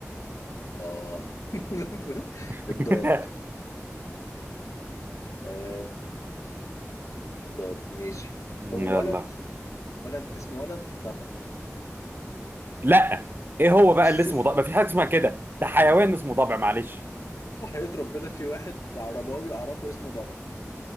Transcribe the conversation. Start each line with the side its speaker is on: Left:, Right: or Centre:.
Left: اه <laughs>
Right: <laughs>
Left: الضاد آه الضاد ماشي
Right: يلا
Left: هو ولد ولد اسمه ولد ضبع
Right: لا ايه هو بقى
Left: <laughs>
Right: اللي اسمه ضبع مفيش حاجه اسمها كده ده حيوان اسمه ضبع معلش
Left: وحياة ربنا في واحد عرباوي اعرفه اسمه ضبع